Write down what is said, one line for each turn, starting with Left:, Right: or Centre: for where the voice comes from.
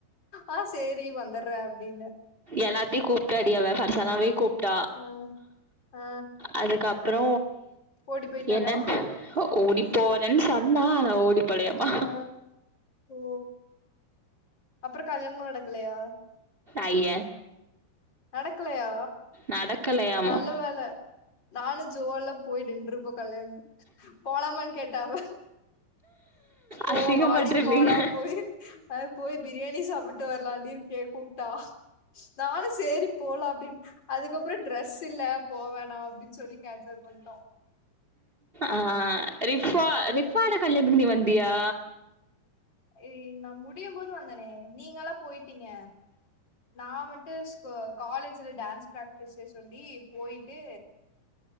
Left: ஆ சேரி வந்தற்றே அப்டின்ன
Right: எல்லாத்தையு கூப்ட்டா டி அவ பர்சனாவையு கூப்ட்டா
Left: ஆ ஆ
Right: அதுக்கப் அப்புற
Left: ஓடி போயிட்டாளா
Right: என்னன் ஓடி போறேன்னு சொன்னா ஆனா ஓடிப் போலையாமா
Left: ஆ ஓ அப்புற கல்யாணம் நடக்கலையா
Right: ஐய
Left: நடக்கலையா
Right: நடக்கலையாமா
Left: நல்ல வேல நானு ஜோ எல்லா போயி நின்ருப்போ கல்யாண போலாமான் கேட்டா அவ போ
Right: அசிங்கப்பட்ருப்பீங்க
Left: வாடி போலா போய் அ போய் பிரியாணி சாப்பிட்டு வரலாடின்னு கே கூப்ட்டா நான் சேரி போலா அப்டின்னு அதுக்கப்புற ட்ரெஸ் இல்ல போ வேணா அப்டின்னு சொல்லி கேன்சல் பண்ட்டோ
Right: ஆ ரிஃபா
Left: ம்
Right: ரிஃபானா கல்யாணத்துக்கு நீ வந்தியா
Left: ஏ நா முடியுபோது வந்தேனே நீங்கல்லா போய்ட்டீங்க நா வந்ட்டு காலேஜ்ல டான்ஸ் பிராக்டிஸே சொல்லி போயிட்டு